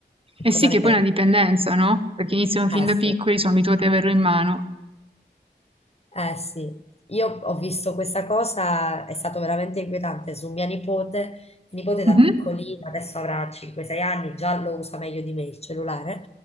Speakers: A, on the right (about 30°); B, on the left (about 35°).
A: eh
B: Cosa
A: sì
B: ne
A: che
B: pensi?
A: poi è una dipendenza, no? Perché iniziano fin
B: Ah,
A: da
B: sì.
A: piccoli, sono abituati ad averlo in mano.
B: Eh sì, io ho visto questa cosa, è stato veramente inquietante su mia nipote, mia nipote
A: Mhm,
B: da piccolina, adesso avrà 5-6 anni, già lo usa meglio di me il cellulare,